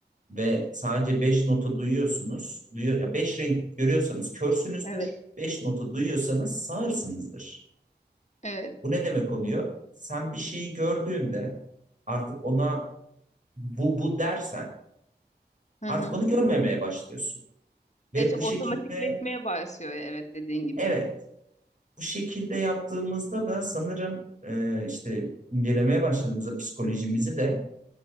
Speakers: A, on the right; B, on the left.
A: ve sadece beş notu duyuyorsunuz. Duyuyor, ya beş renk görüyorsanız körsünüzdür.
B: Evet.
A: Beş notu duyuyorsanız sağırsınızdır.
B: Evet.
A: Bu ne demek oluyor? Sen bir şeyi gördüğünde artık ona bu bu dersen
B: Hı
A: artık
B: hı.
A: onu görmemeye başlıyorsun. Ve
B: Evet,
A: bu
B: otomatikleşmeye
A: şekilde
B: başlıyor evet dediğin gibi.
A: evet bu şekilde yaptığımızda da sanırım e, işte incelemeye başladığımızda psikolojimizi de